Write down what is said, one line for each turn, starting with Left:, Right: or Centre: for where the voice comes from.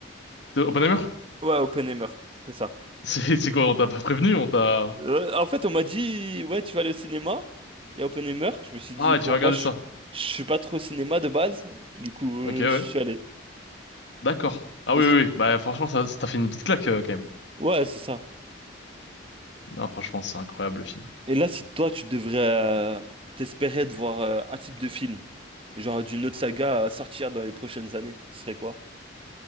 Left: De Oppenheimer? <laughs>
Right: Ouais, Oppenheimer, c'est ça.
Left: C'est c'est quoi, on t'a pas prévenu? On t'a...
Right: Euh, en fait, on m'a dit, ouais, tu vas aller au cinéma. Il y a Oppenheimer. Je me suis dit,
Left: Ah,
Right: bon,
Left: tu vas regarder
Right: moi, je,
Left: ça.
Right: je suis pas trop au cinéma de base. Du coup, euh,
Left: Ok, ouais.
Right: je suis allé.
Left: D'accord. Ah
Right: Et
Left: oui,
Right: surpris.
Left: oui, oui. Bah franchement, ça
Right: Ouais,
Left: ça t'a fait une petite claque euh, quand même.
Right: Ouais, c'est ça.
Left: Non, franchement, c'est incroyable le film.
Right: Et là, si toi, tu devrais euh, t'espérer de voir euh, un type de film, genre d'une autre saga à sortir dans les prochaines années, ce serait quoi?